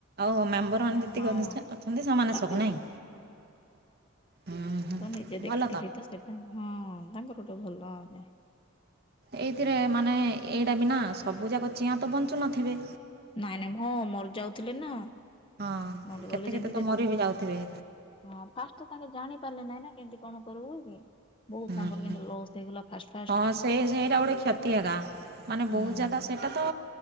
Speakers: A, on the right (about 45°); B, on the left (about 25°).
A: ଆଉ ମେମ୍ବର ମାନେ ଯେତିକି
B: ହଁ।
A: ଆଛ୍ ଅଛନ୍ତି ସେମାନେ
B: ତାଙ୍କେ
A: ସବୁ ନାହିଁ ହୁଁ। ହୁଁ
B: ତୁ ନିଜେ ଦେଖିଥିଲି
A: ଭଲ
B: ତ ସେଟା ହଁ ତାଙ୍କର ଗୋଟେ ଭଲ ଆଉନି।
A: ଏଇଥିରେ ମାନେ ଏଇଟା ବିନା ସବୁ ଯାକ ଚିଆଁ ତ ବଞ୍ଚୁ ନଥିବେ।
B: ନାଇଁ ନାଇଁ ମୋ ମରି ଯାଉଥିଲେ ନା।
A: ହଁ
B: ମୋର
A: କେତେ
B: ଗଲେ
A: କେତେ
B: ଯେମିତି
A: ତ
B: ଯେତେ
A: ମରି ବିି ଯାଉଥିବେ।
B: ହଁ ଫାଷ୍ଟ ତାଙ୍କେ ଜାଣି ପାରିଲେ ନାଇଁ ନା କେମିତି କଣ କରିବୁ ବୋଲି ବହୁତ
A: ହୁଁ,
B: ତାଙ୍କର କିନ୍ତୁ ଲସ୍ ସେ ଗଲା ଫାଷ୍ଟ ଫା
A: ହଁ ସେଇ ସେଇଟା ଗୋଟେ କ୍ଷତିଆ ଗାଁ ମାନେ
B: ହୁଁ
A: ବହୁତ ଜାଦା ସେ ତାକୁ